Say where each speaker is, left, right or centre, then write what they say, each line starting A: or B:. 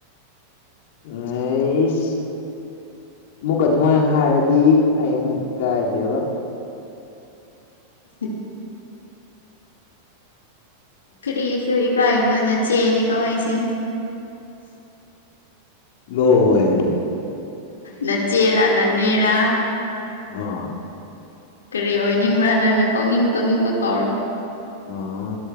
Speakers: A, on the left; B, on the left.
A: ꯎꯩꯁ ꯑꯃꯨꯛ ꯑꯗꯨꯃꯥꯏꯅ ꯍꯥꯏꯔꯗꯤ ꯑꯩ ꯑꯃꯨꯛ ꯀꯥꯏ꯭ꯔꯦꯕ
B: <unintelligible> ꯀꯔꯤꯁꯨ ꯏꯀꯥꯏꯅꯣ ꯅꯠ ꯆꯦꯅ ꯀꯥꯏꯁꯦ
A: ꯂ ꯑꯦꯅꯤ
B: ꯅꯆꯦꯔ ꯅꯟꯅꯦꯔ
A: ꯑꯥ
B: ꯀꯔꯤ ꯑꯣꯏꯅꯤꯡꯕ꯭ꯔꯥꯅ ꯑꯩꯅ ꯀꯧꯅꯤꯡ ꯀꯧꯅꯤꯡꯕ ꯀꯥꯎꯔꯣ
A: ꯑꯥ